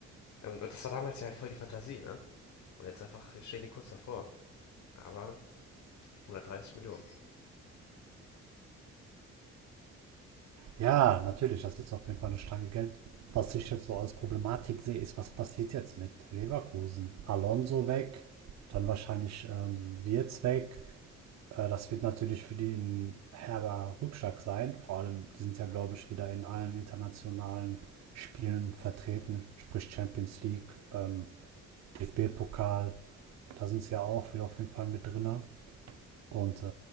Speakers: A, on the left; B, on the right.
A: Ähm, Und das war damals ja halt voll die Fantasie, ne? Und jetzt einfach stehen die kurz davor. Aber 130 Millionen.
B: Ja, natürlich, das ist auf jeden Fall eine Stange Geld. Was ich jetzt so als Problematik sehe, ist, was passiert jetzt mit Leverkusen? Alonso weg, dann wahrscheinlich ähm, Wirtz weg, Äh, das wird natürlich für die ein herber Rückschlag sein. Vor allem, die sind ja, glaube ich, wieder in allen internationalen Spielen vertreten, sprich Champions League, ähm, DFB-Pokal. Da sind sie ja auch wieder auf jeden Fall mit drin. Und äh,